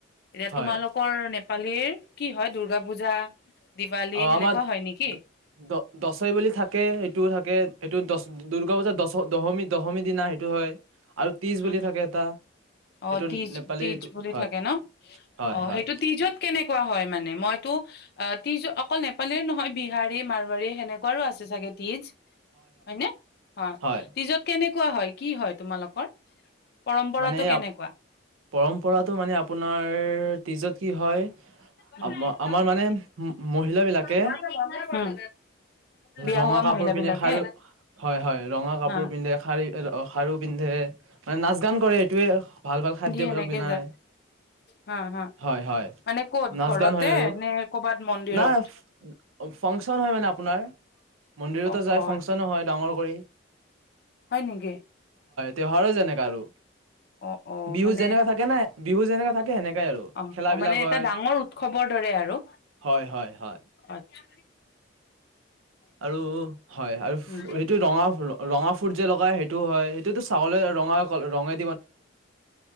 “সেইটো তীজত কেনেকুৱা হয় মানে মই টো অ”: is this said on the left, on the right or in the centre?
Left